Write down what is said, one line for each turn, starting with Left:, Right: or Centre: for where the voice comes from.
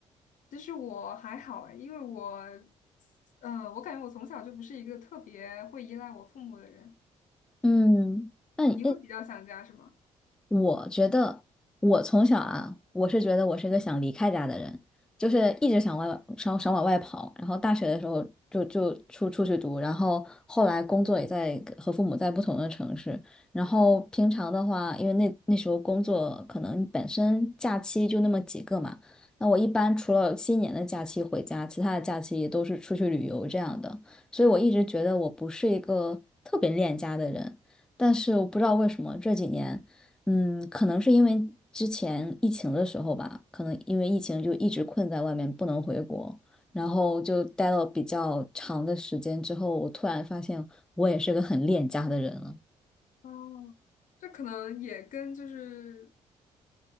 Left: 其实我还好诶，因为我，嗯、我感觉我从小就不是一个特别会依赖我父母的人。
Centre: 嗯，那你
Left: 你会比较想家是吗？
Centre: 我觉得我从小啊，我是觉得我是一个想离开家的人，就是一直想外想想往外跑。然后大学的时候就就出出去读，然后后来工作也在和父母在不同的城市。然后平常的话，
Left: 嗯，
Centre: 因为那那时候工作可能本身假期就那么几个嘛，那我一般除了新年的假期回家，其他的假期都是出去旅游这样的。所以我一直觉得我不是一个特别恋家的人。但是我不知道为什么这几年。嗯，可能是因为之前疫情的时候吧，可能因为疫情就一直困在外面，不能回国，然后就待了比较长的时间之后，我突然发现我也是个很恋家的人了。
Left: 哦，这可能也跟就是